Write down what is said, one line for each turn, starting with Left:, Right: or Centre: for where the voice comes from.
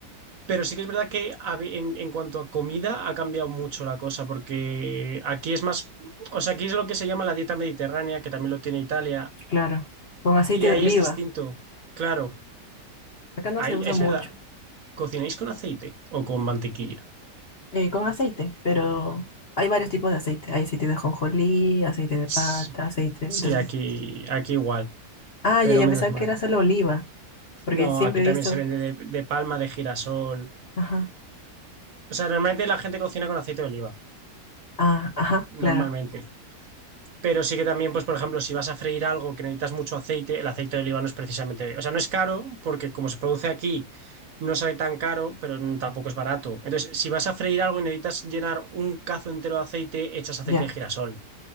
Right: pero sí que es verdad que a ve- en, en cuanto a comida ha cambiado mucho la cosa, porque aquí es más, o sea, aquí es lo que se llama la dieta mediterránea, que también lo tiene Italia,
Left: <laughs> claro. Con aceite
Right: Y ahí
Left: de oliva.
Right: es distinto. Claro,
Left: Acá no
Right: ahí
Left: se usa
Right: es
Left: mucho.
Right: verdad. ¿Cocináis con aceite o con mantequilla?
Left: eh, con aceite, pero hay varios tipos de aceite. Hay aceite de ajonjolí, aceite de
Right: S-
Left: palta, aceite. Entonces,
Right: Sí, aquí, aquí igual,
Left: ah,
Right: pero
Left: ya, ya
Right: menos
Left: pensaba
Right: mal.
Left: que era solo oliva, porque
Right: No,
Left: siempre
Right: aquí también
Left: he visto.
Right: se vende de, de palma, de girasol.
Left: Ajá,
Right: O sea, normalmente la gente cocina con aceite de oliva,
Left: ah, ajá,
Right: normalmente.
Left: claro,
Right: Pero sí que también, pues, por ejemplo, si vas a freír algo que necesitas mucho aceite, el aceite de oliva no es precisamente, o sea, no es caro, porque como se produce aquí, no sale tan caro, pero tampoco es barato. Entonces, si vas a freír algo y necesitas llenar un cazo entero de aceite, echas aceite
Left: ya,
Right: de girasol.